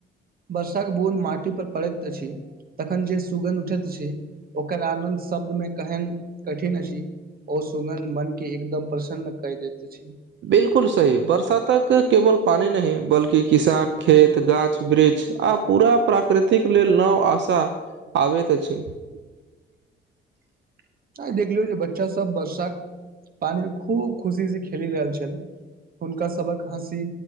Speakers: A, on the right (about 50°); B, on the right (about 65°).
A: बर्षाक बूद माटी पर पड़ैत अछि। तखन जे सुगन्ध उठैत छी ओकर आनन्द शब्द मे केहन कठिन अछि, ओ सुगन मन के एकदम प्रसन्न क दैत अछि
B: बिलकुल सही बर्षा तक केवल पानि नहि बल्कि किसान खेत गाछ वृक्ष आब। पूरा प्राकृतिक लेल नव आशा आबैत अछि। <unintelligible>
A: आइ देख लियौ जे बच्चा सब वर्षा पानी मे खूब खुशी से खेलि रहल छल। हुनका सभक हँसी